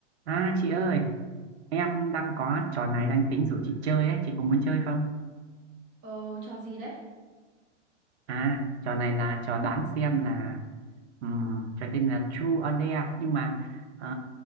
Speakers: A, on the right (about 60°); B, on the right (about 15°).
A: À chị ơi, em đang có trò này đang tính rủ chị chơi ấy, chị có muốn chơi không?
B: Ờ, cho gì đấy?
A: À, trò này là trò đoán xem là ừm, trò tên là True or Dare nhưng mà ờ,